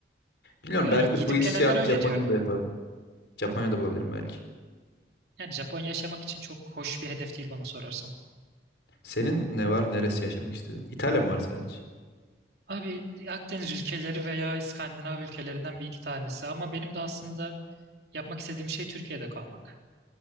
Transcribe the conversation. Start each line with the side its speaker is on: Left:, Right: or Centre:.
Left: Bilmiyorum
Right: Yani
Left: belki
Right: gidip
Left: bu hissiyatı
Right: gelenler öyle
Left: Japonya'da
Right: diyor.
Left: yaparım. Japonya'da bulabilirim belki.
Right: Yani Japonya yaşamak için çok hoş bir hedef değil bana sorarsan.
Left: Senin ne var? Neresi yaşamak istedin? İtalya mı var sadece?
Right: Abi Akdeniz ülkeleri veya İskandinav ülkelerinden bir iki tanesi ama benim de aslında yapmak istediğim şey Türkiye'de kalmak.